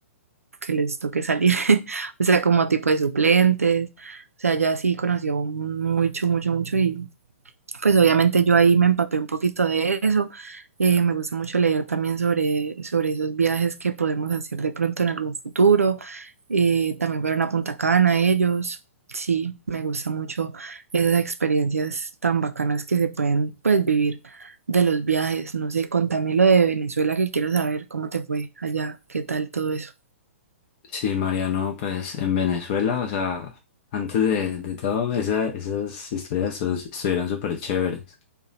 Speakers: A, on the right (about 80°); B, on the left (about 35°).
A: que les toque salir, <laughs> o sea, como tipo de suplentes, o sea, ya sí conoció mucho, mucho, mucho y pues obviamente yo ahí me empapé un poquito de eso. Eh, me gusta mucho leer también sobre, sobre esos viajes que podemos hacer de pronto en algún futuro. Eh, también fueron a Punta Cana ellos. Sí, me gusta mucho esas experiencias tan bacanas que se pueden pues vivir de los viajes. No sé, contame lo de Venezuela que quiero saber cómo te fue allá, qué tal todo eso.
B: Sí, Mariano, pues en Venezuela, o sea, antes de, de todo, esa- esas historias estu- estuvieron súper chéveres.